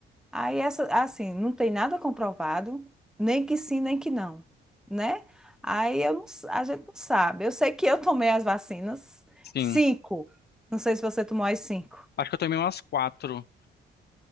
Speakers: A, in the centre; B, on the left (about 55°).
A: Aí, essa, assim, não tem nada comprovado, nem que sim, nem que não, né? Aí eu não s- a gente não sabe. Eu sei que eu tomei as vacinas,
B: sim.
A: cinco. Não sei se você tomou as cinco.
B: Acho que eu tomei umas quatro.